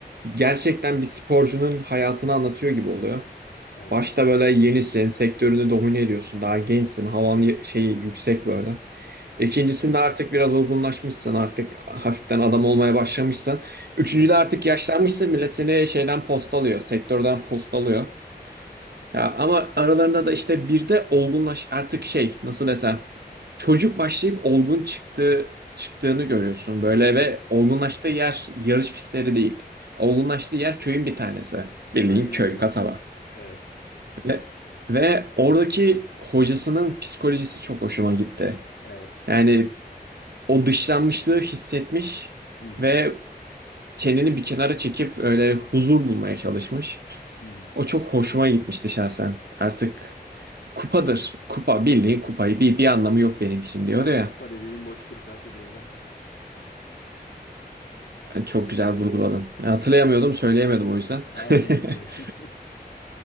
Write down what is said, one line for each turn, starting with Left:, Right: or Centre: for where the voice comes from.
Right: gerçekten bir sporcunun hayatını anlatıyor gibi oluyor.
Left: Evet.
Right: Başta böyle yenisin, sektörünü domine ediyorsun, daha gençsin, havan y- şeyi yüksek böyle. İkincisinde artık biraz olgunlaşmışsın, artık hafiften adam olmaya başlamışsın. Üçüncüde
Left: <laughs>
Right: artık yaşlanmışsın, millet seni şeyden postalıyor, sektörden postalıyor. Ya ama aralarında da işte bir de olgunlaş artık şey nasıl desem çocuk başlayıp olgun çıktı çıktığını görüyorsun böyle
Left: Hı hı.
Right: ve olgunlaştığı yer yarış pistleri değil. Olgunlaştığı yer köyün bir tanesi. Bildiğin
Left: Aynen
Right: köy,
Left: öyle.
Right: kasaba.
Left: Evet.
Right: Ve, ve oradaki hocasının psikolojisi çok hoşuma gitti.
Left: Evet.
Right: Yani o dışlanmışlığı hissetmiş
Left: Hı hı.
Right: ve kendini bir kenara çekip öyle huzur bulmaya çalışmış.
Left: Hı hı.
Right: O çok hoşuma gitmişti şahsen. Artık kupadır. Kupa bildiğin kupayı bir, bir anlamı yok benim için
Left: Aynen
Right: diyordu ya.
Left: kupa dediğin boş bir kasedir evlat.
Right: Yani Çok güzel vurguladın. Ya Hatırlayamıyordum,
Left: A-
Right: söyleyemedim o yüzden.
Left: Aynen öyle.
Right: <laughs>
Left: <laughs>